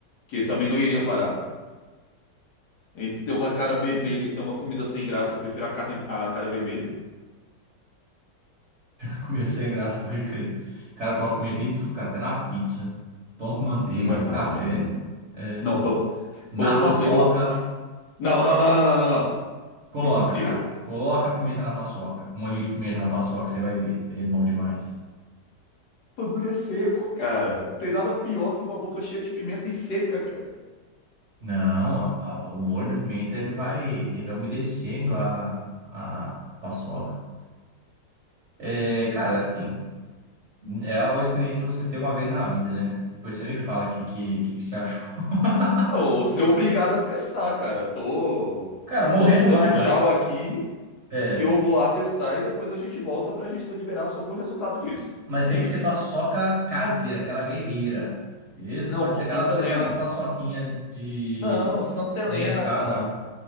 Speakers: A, on the left; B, on the right.
A: Que também não iria parar. Entre ter uma cara vermelha e ter uma comida sem graça, eu prefiro a carne, a cara vermelha.
B: Comida sem graça, pode crer. <laughs> Cara, eu coloco pimenta em tudo, cara. Até na pizza, pão com manteiga,
A: Hum, é
B: no
A: bom
B: café.
A: também. Hum.
B: é.
A: Não, pão,
B: Na
A: pão com
B: paçoca,
A: manteiga. eu- Não, não, não, não, não, não, não.
B: coloca,
A: Impossível.
B: cara. Coloca pimenta na paçoca. Um olhinho de pimenta na paçoca, você vai ver. É bom demais.
A: O bagulho é seco, cara. Não tem nada pior do que uma boca cheia de pimenta e seca, cara.
B: Não, a- a- o molho da pimenta, ele vai, ele vai umedecendo a, a paçoca. É, cara, assim, é uma experiência pra você ter uma vez na vida, né? Depois você me fala o que, que, que que você achou. <laughs>
A: Não, ser obrigado a testar, cara. Tô,
B: Cara, morrer
A: tô te
B: não
A: dando
B: vai,
A: tchau
B: não.
A: aqui,
B: É.
A: que eu vou lá testar e depois a gente volta pra gente deliberar sobre o resultado disso.
B: Mas
A: E
B: tem
A: é
B: que
A: isso.
B: ser paçoca caseira, aquela guerreira. Beleza?
A: Não,
B: Pode
A: pô,
B: ser aquelas,
A: Santa
B: aquelas
A: Helena.
B: paçoquinhas de,
A: Não, Santa Helena,
B: de mercado,
A: cara.
B: não.